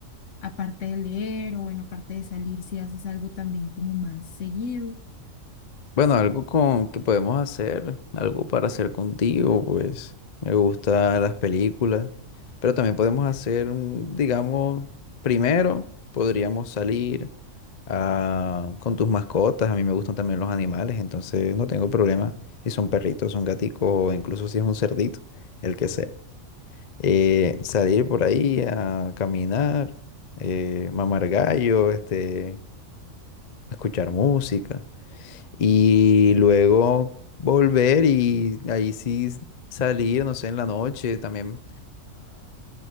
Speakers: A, on the left; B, on the left.
A: aparte de leer o bueno, aparte de salir, si haces algo también como más seguido.
B: Bueno, algo con que podemos hacer, algo para hacer contigo, pues me gustan las películas, pero también podemos hacer, un- digamos, primero podríamos salir ah, con tus mascotas. A mí me gustan también los animales, entonces no tengo problema si son perritos, son gaticos o incluso si es un cerdito, el que sea. Eh, salir por ahí a caminar, eh, mamar gallo, este, escuchar música y luego volver y ahí sí salir, no sé, en la noche también